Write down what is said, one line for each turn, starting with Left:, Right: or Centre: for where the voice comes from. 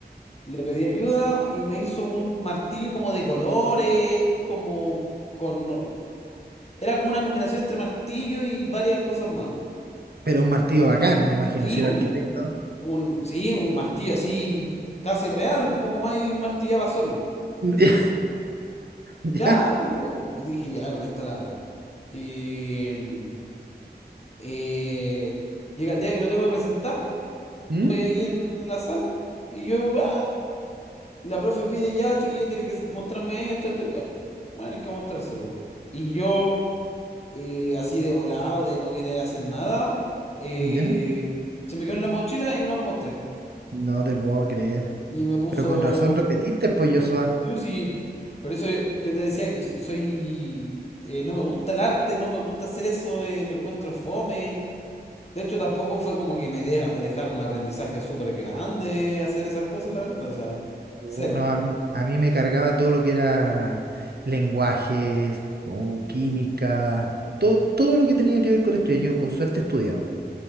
Left: le pedí ayuda y me hizo un martillo como de colores, como con... no, Era como una combinación entre martillo y varias cosas más.
Right: Pero un martillo bacán, me imagino,
Left: Sí,
Right: si era
Left: un,
Right: arquitecto.
Left: un, sí, un martillo así casi real, un poco más y martillaba solo.
Right: <laughs> ¿Ya?
Left: Mm.
Right: ¿Ya?
Left: Ya lo dije, ya con esto la hago. Y mm, eh, llega el día que lo tengo que presentar.
Right: ¿Mm?
Left: estoy ahí en la sala y yo, ¡ah! la profe pide, ya, chiquillo, tiene que mostrarme esto, esto, ya. Bueno, hay que mostrárselo. po. Y yo, eh, así de volado, de no querer hacer nada, eh,
Right: ¿Ya?
Left: se me quedó en la mochila y no lo mostré.
Right: No te puedo creer.
Left: Y me puso...
Right: Pero con razón repetiste, pues, Joshua.
Left: Yo sí- por eso yo, yo te decía que so- soy... eh, no me gusta el arte, no me gusta hacer eso, eh, lo encuentro fome. De hecho, tampoco fue como que me deja, dejar un aprendizaje súper grande hacer esas cosas, la verdad. O sea,
Right: Oh,
Left: cero.
Right: No, a mí, a mí me cargaba todo lo que era lenguajes, o química, todo, todo lo que tenía que ver con estudiar. Yo con suerte estudiaba